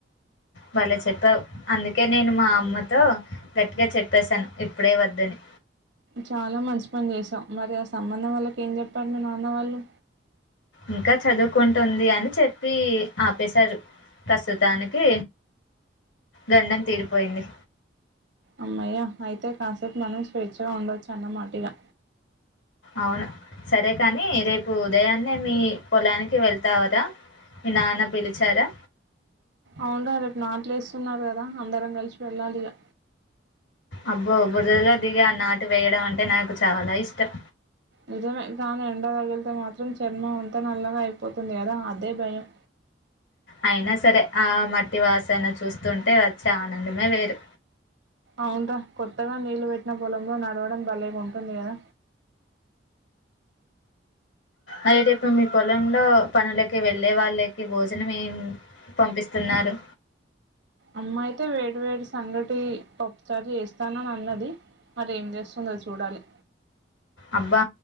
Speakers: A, on the left; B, on the right.
A: వాళ్లే చెప్పావు అందుకే నేను మా అమ్మతో గట్టిగా చెప్పేశాను ఇప్పుడే వద్దని
B: చాలా మంచి పని చేసాం మరి ఆ సంబంధం వాళ్ళకి ఏం చెప్పారు మీ నాన్న వాళ్ళు
A: ఇంకా చదువుకుంటుంది అని చెప్పి ఆపేశారు ప్రస్తుతానికి గండం తీరిపోయింది
B: అమ్మయ్య అయితే కాసేపు మనం స్వేచ్ఛగా ఉండొచ్చు అన్నమాటిగా
A: అవును సరే కానీ రేపు ఉదయాన్నే మీ పొలానికి వెళ్తావరాా మీ నాన్న పిలిచారా
B: అవును రటి నాట్లే వేస్తున్నారు కదా అందరం కలిసి వెళ్ళాలి ఇలా
A: అబ్బో బురదలుగా దిగి ఆ నాటు వేయడం అంటే నాకు చాలా ఇష్టం
B: నిజమే కానీ ఎండ రగిలితే మాత్రం చర్మం అంత నల్లగా అయిపోతుంది కదా అదే భయం
A: అయినా సరే ఆ మట్టి వాసన చూస్తుంటే వచ్చే ఆనందమే వేరు
B: అవుందా కొత్తగా నీళ్లు పెట్టిన పొలంలో నడవడం బలేక ఉంటుంది కదా
A: అదే రేపు మీ పొలంలో పనులకి వెళ్ళే వాళ్ళకి భోజనం ఏం పంపిస్తున్నారు
B: అమ్మా అయితే వేడి వేడి సంగటి పప్పుచారి చేస్తానని అన్నది మరేం చేస్తుందో చూడాలి
A: అబ్బా